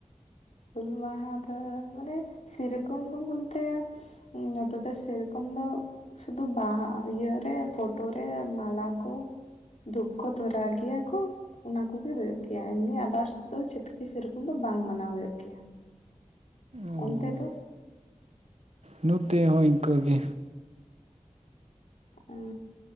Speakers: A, on the left; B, on the right.
A: ᱦᱩᱞ ᱢᱟᱦᱟ ᱫᱚ ᱢᱟᱱᱮ ᱥᱮ ᱨᱚᱠᱚᱢ ᱫᱚ ᱵᱚᱞᱛᱮ ᱱᱚᱛᱮ ᱫᱚ ᱥᱮ ᱨᱚᱠᱚᱢ <unintelligible> ᱥᱩᱫᱩ ᱵᱟᱦᱟ ᱤᱭᱮ ᱯᱷᱳᱴᱳ ᱨᱮ ᱢᱟᱞᱟ ᱠᱚ ᱫᱷᱩᱯ ᱠᱚ ᱫᱷᱚᱨᱟᱣ ᱜᱮᱭᱟ ᱠᱚ ᱚᱱᱟ ᱠᱚᱜᱮ ᱦᱩᱭᱩᱜ ᱜᱮᱭᱟ ᱮᱢᱱᱤ ᱟᱫᱟᱨᱥ ᱫᱚ ᱪᱤ ᱥᱮᱨᱚᱠᱚᱢ ᱫᱚ ᱵᱟᱝ ᱢᱟᱱᱟᱣ ᱦᱩᱭᱩᱜ ᱜᱮᱭᱟ
B: ᱚ
A: ᱚᱱᱛᱮ ᱫᱚ?
B: ᱱᱚᱛᱮ ᱦᱚᱸ ᱤᱱᱠᱟᱹᱜᱮ
A: ᱚ